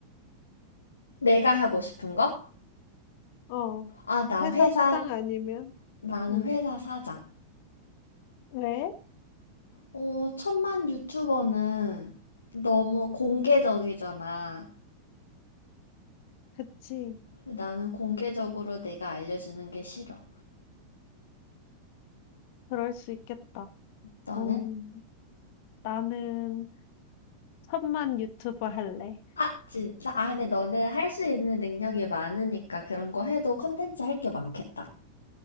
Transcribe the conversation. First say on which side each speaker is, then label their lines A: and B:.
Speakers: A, on the left (about 70°); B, on the left (about 50°).
A: 내가 하고 싶은 거?
B: 어,
A: 아, 나
B: 회사
A: 회사,
B: 사장 아니면,
A: 나는
B: 음,
A: 회사 사장.
B: 왜?
A: 어, 천만 유튜버는 너무 공개적이잖아.
B: 그치.
A: 나는 공개적으로 내가 알려주는 게 싫어.
B: 그럴 수 있겠다.
A: 너는?
B: 음, 나는 천만 유튜버 할래.
A: 아, 진짜? 아, 근데 너는 할 수 있는 능력이 많으니까 그런 거 해도 컨텐츠 할 게 많겠다.